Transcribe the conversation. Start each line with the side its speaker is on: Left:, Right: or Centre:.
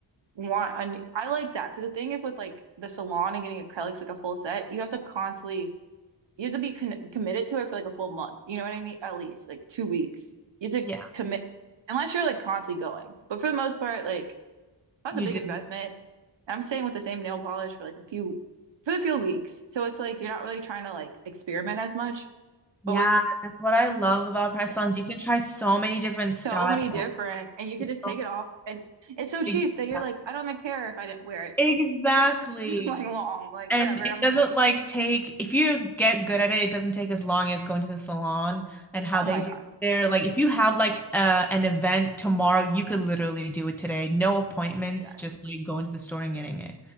Right: want a new, I like that because the thing is with like the salon and getting acrylics like a full set, you have to constantly you have to be con committed to it for like a full month. You know what I mean? At least like two weeks. You have
Centre: Yeah,
Right: to commit unless you're like constantly going. But for the most part, like that's
Centre: you
Right: a big
Centre: do.
Right: investment. I'm staying with the same nail polish for like a few for the few weeks. So it's like you're not really trying to like experiment as much,
Centre: Yeah,
Right: but with
Centre: that's what I love about press-ons.
Right: yeah,
Centre: You can try so many different
Right: so
Centre: styles.
Right: many different and you
Centre: There's
Right: could just take
Centre: so
Right: it off and it's so cheap
Centre: Exac-
Right: that you're like, I don't even care if I didn't wear it
Centre: Exactly.
Right: <laughs> like long, like
Centre: And
Right: whatever.
Centre: it
Right: I'm
Centre: doesn't
Right: gonna,
Centre: like take, if you get good at it, it doesn't take as long as going to the salon and how
Right: oh
Centre: they
Right: my
Centre: do
Right: gosh.
Centre: there.
Right: Yeah,
Centre: Like if you have like uh, an event tomorrow, you could literally do it today. No appointments,
Right: yeah.
Centre: just like going to the store and getting it.